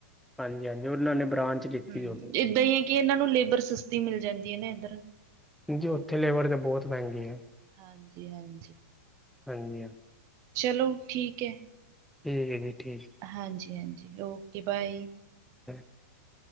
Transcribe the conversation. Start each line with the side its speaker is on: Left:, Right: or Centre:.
Centre: ਹਾਂਜੀ -ਹਾਂਜੀ, ਉਹਨਾਂ ਨੇ ਬ੍ਰਾਂਚ ਲਿੱਤੀ
Right: ਹਮ,
Centre: ਹੋਵੇ
Right: ਏਦਾਂ ਹੀ ਹੈ ਕਿ, ਇਹਨਾਂ ਨੂੰ ਲੇਬਰ ਸਸਤੀ ਮਿਲ ਜਾਂਦੀ ਹੈ ਨਾ ਇਧਰ।
Centre: ਜੀ ਉੱਥੇ ਲੇਬਰ ਤਾਂ ਬਹੁਤ ਮਹਿੰਗੀ ਆ,
Right: ਹਾਂਜੀ-ਹਾਂਜੀ,
Centre: ਹਾਂਜੀ ਹਾਂ।
Right: ਚਲੋ ਠੀਕ ਹੈ।
Centre: ਠੀਕ ਹੈ ਜੀ, ਠੀਕ।
Right: ਹਾਂਜੀ -ਹਾਂਜੀ, ਓਕੇ ਬਾਏ।
Centre: <unintelligible>